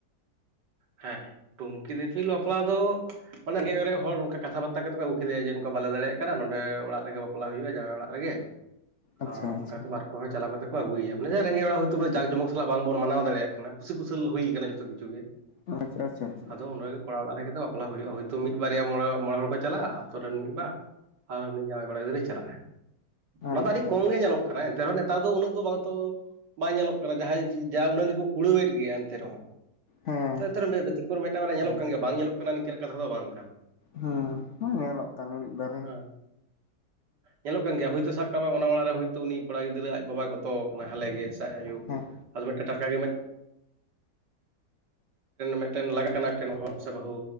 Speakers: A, on the right; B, on the left.
A: ᱦᱮᱸ ᱴᱩᱝᱠᱤ ᱫᱤᱯᱤᱞ ᱵᱟᱯᱞᱟ ᱫᱚ ᱚᱱᱟᱜᱮ ᱡᱮ ᱦᱚᱲ ᱱᱚᱝᱠᱟ ᱠᱟᱛᱷᱟ ᱵᱟᱛᱟ ᱠᱟᱛᱮ ᱠᱚ ᱟᱹᱜᱩ ᱠᱮᱫᱮᱭᱟ ᱡᱮ ᱱᱚᱝᱠᱟ ᱵᱟᱞᱮ ᱫᱟᱲᱮᱭᱟᱜ ᱠᱟᱱᱟ ᱱᱚᱸᱰᱮ ᱚᱲᱟᱜ ᱨᱮᱜᱮ ᱵᱟᱯᱞᱟ ᱦᱩᱭᱩᱜ-ᱟ ᱡᱟᱶᱭᱟᱭ ᱚᱲᱟᱜ ᱨᱮᱜᱮ ᱦᱚᱸ
B: ᱟᱪᱪᱷᱟ ᱟᱪᱪᱷᱟ
A: ᱚᱱᱠᱟᱛᱚ ᱵᱟᱨ ᱯᱮ ᱦᱚᱲ ᱪᱟᱞᱟᱣ ᱠᱟᱛᱮ ᱠᱚ ᱟᱹᱜᱩᱭᱭᱟ᱾ ᱩᱱᱤᱟᱜ ᱫᱚ ᱨᱮᱸᱜᱮᱡ ᱚᱲᱟᱜ ᱦᱚᱭᱛᱚ ᱡᱟᱠᱡᱚᱢᱚᱠ ᱥᱟᱞᱟᱜ ᱵᱟᱝᱵᱚᱱ ᱢᱟᱱᱟᱣ ᱫᱟᱲᱮᱭᱟᱜ ᱠᱟᱱᱟ ᱠᱩᱥᱤ ᱠᱩᱥᱳᱞ ᱦᱩᱭ ᱠᱟᱱᱟ ᱡᱷᱚᱛᱚ ᱠᱤᱪᱷᱩ ᱜᱮ
B: ᱟᱪᱪᱷᱟ ᱟᱪᱪᱷᱟ ᱟᱪᱪᱷᱟ
A: ᱟᱫᱚ ᱚᱰᱮᱸᱜᱮ ᱠᱚᱲᱟ ᱚᱲᱟᱜ ᱨᱮᱜᱮ ᱫᱚ ᱵᱟᱯᱞᱟ ᱦᱩᱭᱩᱜ-ᱟ ᱦᱳᱭᱛᱳ ᱢᱤᱫ ᱵᱟᱨᱭᱟ ᱢᱚ ᱢᱚᱬᱮ ᱦᱚᱲ ᱠᱚ ᱪᱟᱞᱟᱜ-ᱟ ᱟᱛᱳ ᱨᱮᱱ ᱢᱤᱫ ᱵᱟᱨ ᱟᱨ ᱩᱱᱤ ᱡᱟᱶᱟᱭ ᱠᱚᱲᱟ ᱜᱤᱫᱽᱨᱟᱹᱭ ᱪᱟᱞᱟᱜ-ᱟ ᱚᱱᱟ
B: ᱟᱪᱪᱷᱟ
A: ᱫᱚ ᱟᱹᱰᱤ ᱠᱚᱢ ᱜᱮ ᱧᱮᱞᱚᱜ ᱠᱟᱱᱟ ᱮᱱᱛᱮ ᱨᱮᱦᱚᱸ ᱱᱮᱛᱟᱨ ᱱᱮᱛᱟᱨ ᱫᱚ ᱩᱱᱟᱹᱜ ᱫᱚ ᱵᱟᱝᱛᱚ ᱵᱟᱭ ᱧᱮᱞᱚᱜ ᱠᱟᱱᱟ ᱡᱟᱦᱟᱸᱭ ᱡᱟ ᱩᱱᱟᱹᱝ ᱜᱮᱠᱚ ᱠᱩᱲᱟᱹᱣᱮᱫ ᱜᱮᱭᱟ ᱮᱱᱛᱮ ᱨᱮᱦᱚᱸ
B: ᱦᱮᱸ
A: <unintelligible> ᱵᱮᱛᱤᱠᱚᱨ ᱢᱤᱫᱴᱟᱝ ᱵᱟᱨᱭᱟ ᱧᱮᱞᱚᱜ
B: ᱦᱮᱸ
A: ᱠᱟᱱ ᱜᱮᱭᱟ ᱵᱟᱝ ᱧᱮᱞᱚᱜ ᱠᱟᱱᱟ ᱱᱤᱝᱠᱟᱹᱱᱟᱜ ᱠᱟᱛᱷᱟ ᱫᱚ ᱵᱟᱝ ᱠᱟᱱᱟ
B: ᱦᱮᱸ ᱧᱮᱞᱚᱜ ᱠᱟᱱᱟ ᱢᱤᱫ ᱵᱟᱨᱮᱭᱟ
A: ᱦᱮᱸ <inaudible> ᱧᱮᱞᱚᱜ ᱠᱟᱱ ᱜᱮᱭᱟ ᱦᱳᱭᱛᱳ ᱥᱟᱵ ᱠᱟᱜ ᱢᱮ ᱚᱱᱟ ᱚᱲᱟᱜ ᱨᱮ ᱦᱳᱭᱛᱳ ᱩᱱᱤ ᱠᱚᱲᱟ ᱜᱤᱫᱽᱨᱟᱹ ᱟᱡ ᱵᱟᱵᱟᱭ ᱜᱚᱛᱚ ᱠᱟᱱᱟᱭ ᱦᱟᱞᱮᱜ ᱜᱮ ᱥᱮ ᱟᱡ ᱟᱭᱳ
B: ᱦᱮᱸ
A: ᱟᱫᱚ ᱢᱤᱫᱴᱮᱱ ᱴᱟᱴᱠᱟ ᱜᱮ ᱢᱤᱫ ᱢᱤᱫᱴᱮᱱ ᱞᱟᱜ ᱠᱟᱱᱟ ᱴᱮᱱ ᱦᱚᱲ ᱥᱮ ᱵᱟᱹᱦᱩ